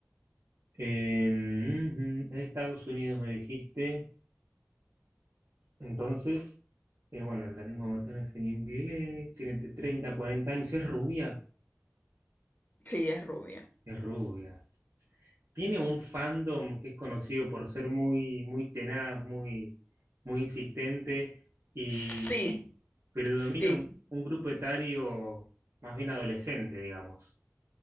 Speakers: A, on the right (about 70°); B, on the left (about 35°).
A: em, ujú, en Estados Unidos me dijiste. Entonces, eh, bueno, la lengua materna es en inglés. Tiene entre 30 y 40 años. Es rubia.
B: Sí, es rubia.
A: Es rubia. Tiene un fandom que es conocido por ser muy, muy tenaz, muy, muy insistente y
B: Sí,
A: predomina
B: sí,
A: un, un grupo etario más bien adolescente, digamos.